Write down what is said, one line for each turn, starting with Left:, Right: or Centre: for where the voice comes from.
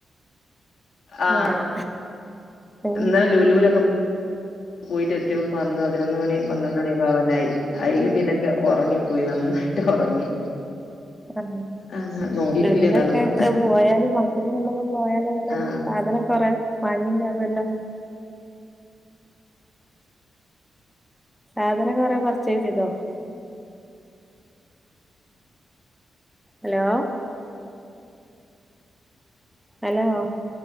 Left: ആ
Centre: ആഹ് ഉം
Left: ഇന്നലേ ലൂലൂലൊക്കെ. <unintelligible> കെട്ടിയോൻ പതിനൊന്ന് മണി പന്ത്രണ്ട് മണിയോക്കെ ആവാനായി അയില് പിന്നൊക്കെ ഉറങ്ങിപ്പോയി നന്നായി. ട്ട് ഉറങ്ങി.
Centre: ആ
Left: ആ നോക്കിട്ടില്ല
Centre: ലുലൂലൊക്കെ
Left: എന്താണെന്ന്
Centre: പോയാലും മക്കളെ കൊണ്ടൊന്നും പോയാലേങ്ങനെ
Left: ആ
Centre: സാധനം കൊറെ വാങ്ങിണ്ടാവല്ലോ. സാധനം കൊറേ പർച്ചേസ് ചെയ്തോ? ഹലോ. ഹലോ